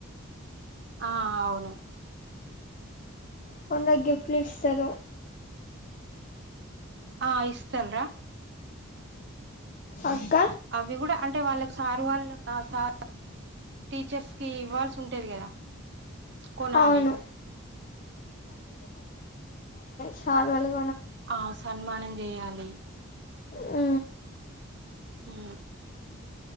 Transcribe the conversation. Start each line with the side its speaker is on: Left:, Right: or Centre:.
Right: ఆ అవును
Left: కొందరు గిఫ్ట్లు ఇస్తరు
Right: ఆ ఇస్తలురా
Left: అక్క
Right: అవి కూడా అంటే వాళ్ళకి సారు వాళ్ళ సార్ టీచర్స్ కి ఇవ్వాల్సి ఉంటది కదా కొనాలి
Left: అవును షాల్వ
Right: ఆ సన్మానం చేయాలి ది
Left: ఊ
Right: హ